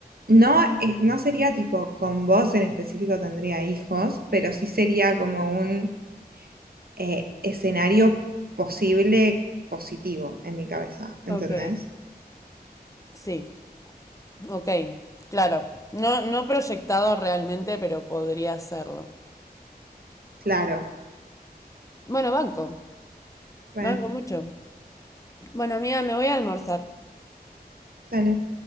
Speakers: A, on the right (about 65°); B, on the left (about 20°).
A: no, es- no sería tipo con vos en específico tendría hijos, pero sí sería como un eh, escenario posible positivo en mi cabeza, ¿entendés?
B: Ok, sí. Ok, claro. No, no proyectado realmente, pero podría hacerlo.
A: Claro,
B: Bueno, banco.
A: bueno,
B: Banco mucho. Bueno, amiga, me voy a almorzar.
A: dale.